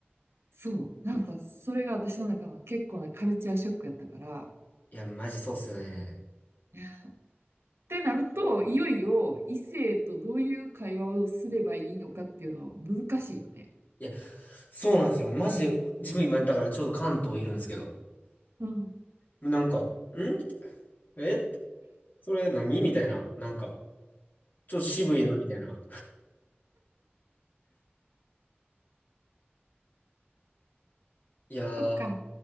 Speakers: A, on the right; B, on the left.
A: そう。なんか、それが私の中の結構なカルチャーショックやったから。
B: <laughs> いや、マジそうっすよね。
A: ねってなると、いよいよ異性とどういう会話をすればいいのかっていうのは難しいよね。
B: いや、そうなんですよ。マジで、自分今、だからちょうど関東いるんですけど、
A: うん。
B: なんか、んえって、それ何みたいな、なんか、ちょっと渋いな、みたいな。いやー、
A: そっか。